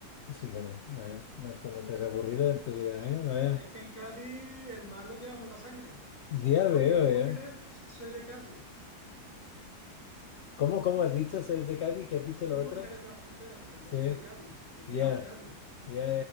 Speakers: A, on the left; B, on the left.
A: fíjate, a ver, no te, no te has aburrido en tu vida, eh, vaya.
B: Es que en Cádiz el mar lo llevamos la sangre.
A: Ya
B: Yo,
A: veo,
B: aunque vivo
A: eh.
B: en Jerez, soy de Cádiz.
A: ¿Cómo, cómo has dicho? ¿Sois de Cádiz? ¿Qué has dicho
B: Yo
A: lo
B: vivo
A: otro?
B: en Jerez de la Frontera, pero yo
A: Sí,
B: soy de Cádiz. Yo me he criado
A: ya.
B: en Cádiz.
A: Ya,